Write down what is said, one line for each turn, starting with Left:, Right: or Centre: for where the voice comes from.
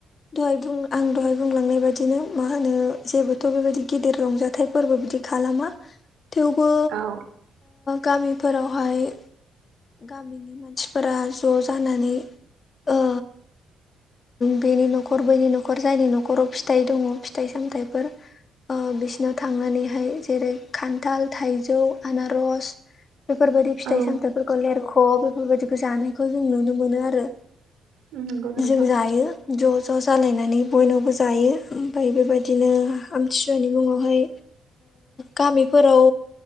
Left: दहाय बुं आं दहाय बुंलांनाय बादिनो मा होनो जेबोथ' बेबायदि गिदिर रंजाथाइ फोरबो बिदि खालामा। थेवबो
Right: औ
Left: गामिफोरावहाय गामिनि मानसिफोरा ज' जानानै ओ बेनि न'खर बैनि न'खर जायनि न'खराव फिथाइ दङ फिथाइ -सामथाइफोर बिसिनाव थांनानैहाय जेरै खान्थाल, थाइजौ, आनारस बेफोर बायदि फिथाइ
Right: औ
Left: -सामथायाइफोरखौ लेरख' बेफोर बायदिखौ जानायखौ जों नुनो मोनो आरो।
Right: नंगौ नोंथां
Left: जों जायो। ज' ज' जालायनानै बयनावबो जायो ओमफ्राय बेबायदिनो आमथिसुवानि मुङावहाय गामिफोराव